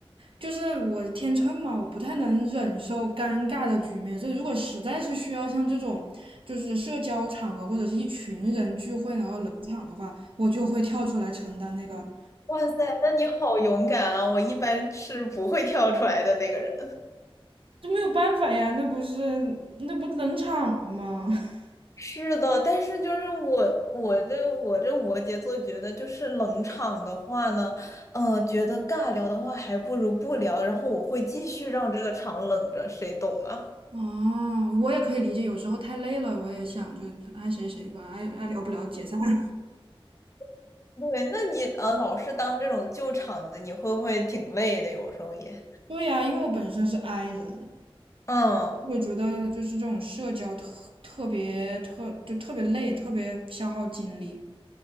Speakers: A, on the right; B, on the left.
A: 就是我天秤嘛，我不太能忍受尴尬的局面，所以如果实在是需要像这种就是社交场合或者是一群人聚会然后冷场的话，我就会跳出来承担那个，
B: 哇塞，那你好勇敢啊！我一般是不会跳出来的那个人。
A: 这没有办法呀，那不是那不冷场了吗？<laughs>
B: 是的，但是就是我我这我这摩羯座觉得就是冷场的话呢，呃，觉得尬聊的话还不如不聊，然后我会继续让这个场冷着，谁懂啊？
A: 哦，我也可以理解，有时候太累了，我也想就爱谁谁吧，爱爱聊不聊解散。<laughs>
B: <laughs> 对，那你呃老是当这种救场的，你会不会挺累的？有时候也，
A: 对呀，因为我本身是 I 人，
B: 嗯，
A: 我觉得就是这种社交特特别特就特别累，特别消耗精力，